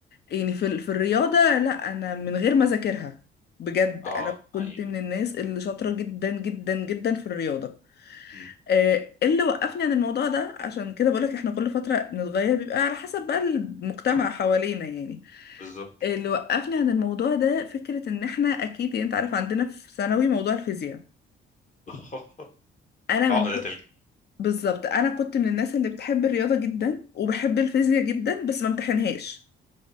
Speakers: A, on the left (about 55°); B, on the left (about 40°).
A: يعني في ال- في الرياضه لا انا من غير ما اذاكرها بجد
B: اه
A: انا كنت
B: اي
A: من الناس اللي شاطره جدا جدا جدا في الرياضه
B: مم.
A: آه، إيه اللي وقفني عن الموضوع ده عشان كده بقولك احنا كل فترة نتغير بيبقى على حسب بقى المجتمع
B: صح
A: حوالينا يعني
B: بالظبط
A: آه، اللي وقفني عن الموضوع ده فكرة ان احنا اكيد يعني انت عارف عندنا في ثانوي موضوع الفيزياء
B: <laughs>
A: انا من
B: عقدة
A: ك- بالظبط انا كنت
B: الجميع
A: من الناس اللي بتحب الرياضة جدا وبحب الفيزياء جدا بس ما امتحنهاش